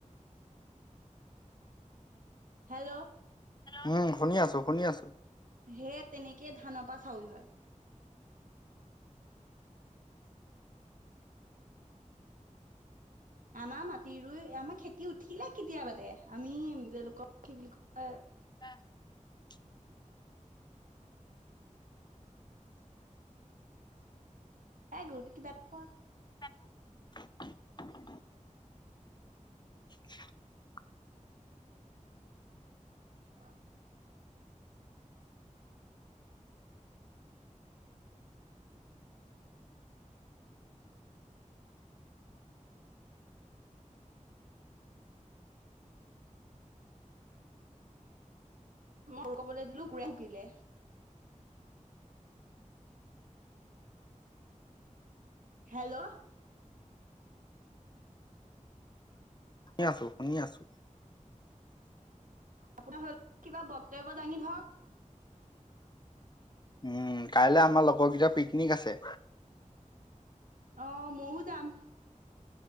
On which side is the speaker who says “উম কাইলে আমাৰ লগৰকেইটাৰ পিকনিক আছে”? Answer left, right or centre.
Left